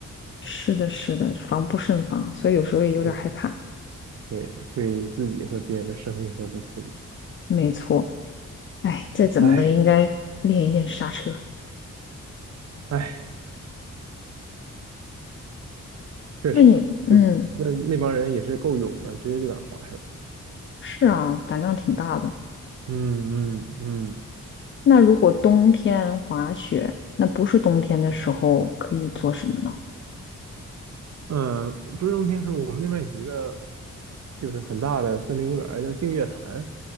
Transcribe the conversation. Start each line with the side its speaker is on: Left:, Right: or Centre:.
Left: 是的，是的，防不胜防，所以有时候也有点害怕。
Right: 对对对自己和别人的生命都不负责，
Left: 没错，哎，再怎么的应该练一练刹车。
Right: 哎。唉确实啊，
Left: 那你，嗯，
Right: 就那那帮人也是够勇的，直接就敢滑下来。
Left: 是啊，胆量挺大的。
Right: 嗯嗯嗯，
Left: 那如果冬天滑雪，那不是冬天的时候可以做什么呢？
Right: 呃，不是冬天时候，我们那边有一个就是很大的森林公园儿叫净月潭。